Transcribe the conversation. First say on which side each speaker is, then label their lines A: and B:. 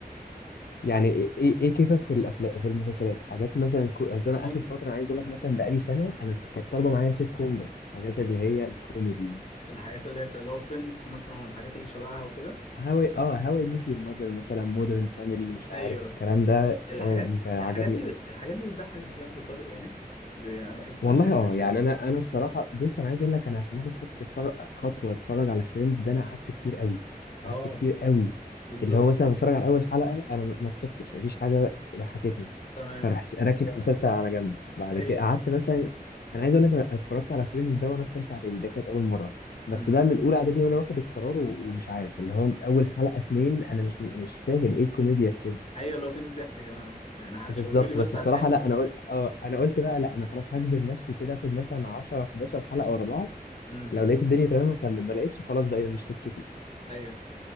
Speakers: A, on the left; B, on the left.
A: يعني ايه ايه إيه كيفك في الافلام في المسلسلات حاجات مثلا كو- قصدي انا
B: امم
A: اخر فتره انا عايز اقول لك مثلا بقالي سنه انا كانت طالبه معايا سيت كوم بس حاجات اللي هي الكوميدي دي
B: الحاجات اللي هي اللي هو فريندز مثلا والحاجات اللي شبهها وكده
A: هاوي اه هاوي ميت يور ماذر مثلا مودرن فاميلي مش عارف
B: ايوه
A: الكلام ده
B: الحاجات
A: هو بيبقى عجبني
B: الحاجات دي
A: أوي.
B: الحاجات دي بتضحك بجد يا طارق يعني ب- انا بحسها
A: والله
B: ان هي
A: اه
B: شايف
A: يعني انا انا الصراحه بص انا عايز اقول لك انا عشان اخد خطوه اتفرج خطوه اتفرج على فريندز ده انا قعدت كتير قوي
B: اه
A: قعدت كتير قوي
B: بالظبط
A: اللي هو مثلا بتفرج على اول حلقه انا م- ما ضحكتش مفيش حاجه ضحكتني
B: تمام
A: فاروح س- راكن المسلسل على جنب بعد
B: ايوه
A: كده قعدت مثلا انا عايز اقول لك انا اتفرجت على فريندز ده وانا في ثالثه اعدادي ده كانت اول مره بس
B: امم
A: بقى من اولى اعدادي وانا واخد القرار و- ومش عارف اللي هو اول حلقه اتنين انا مش مش فاهم ايه الكوميديا في كده
B: ايوه لو فين الضحك يا جماعه يعني هشاوروا
A: بالظبط
B: لي بس
A: بس
B: على
A: الصراحه
B: الضحك
A: لا
B: ولا
A: انا قلت اه انا قلت بقى لا انا خلاص هجبر نفسي كده اخد مثلا 10 11 حلقه ورا بعض
B: امم
A: لو لقيت الدنيا تمام هكمل ما لقيتش خلاص بقى يبقى مش سكتي
B: ايوه